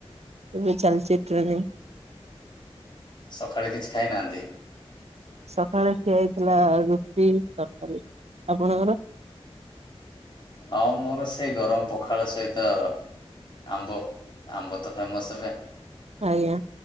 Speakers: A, on the right (about 85°); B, on the left (about 45°).
A: ଏବେ ଚାଲିଛି ଟ୍ରେନିଙ୍ଗ
B: ସଖାଳେ କିଛି ଖାଇନାହାନ୍ତି?
A: ସକାଳେ ଖିଆ ହେଇଥିଲା ରୁଟି ତରକାରୀ। ଆପଣଙ୍କର?
B: ଆଉ ମୋର ସେଇ ଗରମ ପଖାଳ ସହିତ- ଆମ୍ବ ଆମ୍ବ ତ ଫେମସ ଏବେ-
A: ଆଜ୍ଞା